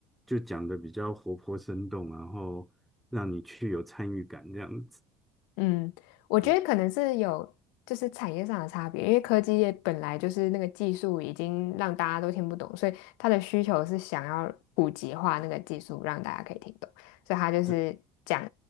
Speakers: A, in the centre; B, on the left.
A: 就讲的比较活泼生动，然后让你去有参与感这样子。
B: 嗯，我觉得可能是有就是产业上的差别，
A: 呃，
B: 因为科技业本来就是那个技术已经让大家都听不懂，所以它的需求是想要普及化那个技术，让大家可以听懂，所以它就是讲
A: 对，